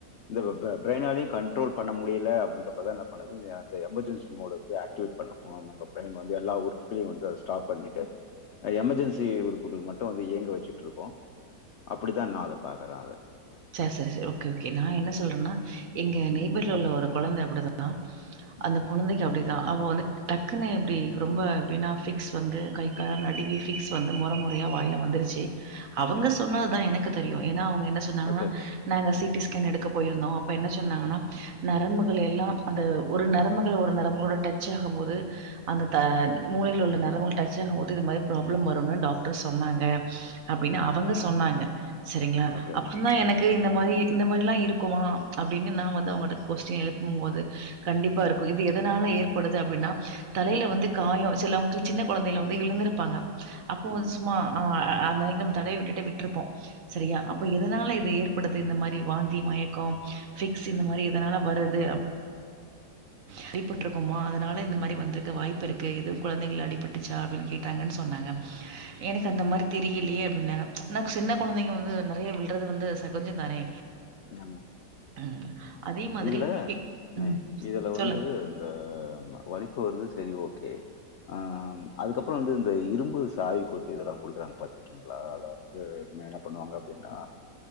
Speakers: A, on the left; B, on the right.
A: இந்த பிரரைெயினாலையும் கண்ட்ரோல் பண்ண முடியலை அப்படின்றப்ப தான் என்ன பண்ணுது இந்த அ எமர்ஜென்சி உறுப்புகள் வந்து ஆக்டிவேட் பண்ணனும் நம்ம பிரைன் வந்து எல்லா உறுப்புகளையும் வந்து ஸ்டாப் பண்ணிட்டு எமர்ஜென்சி உறுப்புகளை மட்டும் வந்து இயங்க வச்சுட்டு இருக்கும் அப்படித்தான் நான் பாக்குறேன்
B: சரி சரி சரி கே கே நான் என்ன சொல்றேன்னா எங்க
A: ம்
B: நெய்பர்ல உள்ள ஒரு குழந்தை அப்படி தான
A: ம்
B: அந்த குழந்தைக்கு அப்படி நா அவ வந்து டக்குன்னு எப்படி ரொம்ப எப்படி ரொம்ப ஃபிக்ஸ் வந்து நடுங்கி
A: ம்
B: பிக்ஸ் வந்த நுறை நுறையா வாயில வந்துருச்சு அவங்க
A: ம்.
B: சொன்னது தான் எனக்கு தெரியும் ஏன்னா அவங்க என் சொன்னாங்கன்னா
A: ஓகே, ஓகே.
B: நாங்க
A: ம்,
B: சிடி ஸ்கேன் எடுக்க போயிருந்தம் அப்ப என்னசி சொன்னங்கன்னா
A: ம்,
B: நரம்புக்கு எல்லாம் அந்த ஒரு நரம்புக ஒரு நரம்புகளோட டச் ஆகும் போது அந்த
A: ம்,
B: மூளைகள் உள்ள டச் ஆகும் போது இந்த மாதிரி ப்ரோப்லேம் வரும்ன்னு சொன்னாங்க அப்படின்னு
A: ம்.
B: அவங்க சொன்னாங்க சேரிங்களா
A: ஓகே,
B: அப்புறந்தா
A: ஓகே.
B: எனக்கு
A: ம்.
B: இந்த மாரி இந்த மாரிலா இருக்குமா அப்டின்னு நா வந்து அவங்கட்ட கொஸ்டி எழுப் ப்பும் போது
A: ஆமா.
B: கண்டிப்பா இருக்கும்
A: ம்,
B: இது எதனால ஏற் படுது அப்டின்னா தலையில
A: ம்,
B: வந்து காயோ சில சின்ன கொழந்தையில வந்து இழுந்திருப்பாங்க அப்போ
A: ம்,
B: வந்து சும்மா ஆ அந்தானிக்கு நம் தடவி விட்டுட்டு விட்டுருப்போம் சரியா
A: ம்,
B: அப் இப்ப எதனால இது ஏற்படுது இந்த மாரி வாந்தி மயக்கோ ஃபிக்ஸ்
A: ம்,
B: இந்த மாரி எதனால வரு து அடிபட்டுருக்கோமோ அதனால இந்த மாரி வந்துருக்க வாய்ப்பு இருக்கு எதும் கொழந்தைங்கள அடிபட்டுச்சா
A: ம்,
B: அப்டின்னு கேட்டாங்கன்னு சொன்னாங்க எனக்கு அந்த மாரி தெரியலியே அப்டினாங்க ஆனா சின்ன
A: ம்.
B: கொழந்தைங்க வந்து நெறைய வி ழுந்து வந்து சகொஞ்சோ தானே
A: ஆமா
B: ம்.
A: ஆமா
B: அதே மாதிரி
A: இதுல
B: இ-
A: ந
B: ம்
A: இது ல
B: சொல்லுங்க
A: வந்து இந்த வலிப்பு வருது சரி ஓகே ஆ அதுக்கப்புறம் வந்து இந்த இரும்பு சாவி கொத்து இதெல்லா குடுக்குறாங்க பா்த்திருக்கீங்களா அதாவது என்னன பண்ணுவாங்க அப்டின்னா